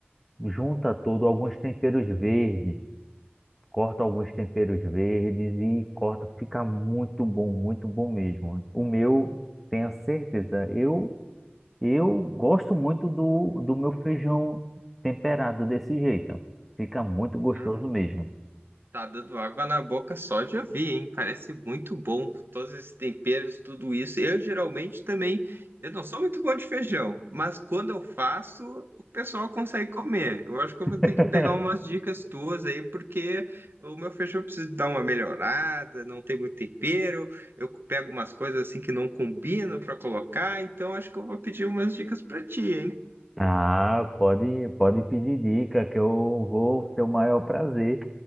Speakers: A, in the centre; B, on the right.
A: Junta tudo, alguns temperos verdes corto alguns temperos verdes e corto, fica muito bom, muito bom mesmo. né? O meu, tenha certeza, eu eu gosto muito do, do meu feijão temperado desse jeito. Fica muito gostoso
B: ah,
A: mesmo.
B: Tá dando água na boca só de ouvir, hein? Parece muito bom, todos esses temperos, tudo isso. Eu geralmente também, eu não sou muito bom de feijão, mas quando eu faço, o pessoal consegue comer. Eu acho que eu
A: <laughs>
B: vou ter que pegar umas dicas tuas aí, porque o meu feijão precisa dar uma melhorada, não tem muito tempero, eu pego umas coisas assim que não combinam para colocar, então acho que eu vou pedir umas dicas para ti, hein?
A: Ah, pode, pode pedir dica que eu vou ter o maior prazer,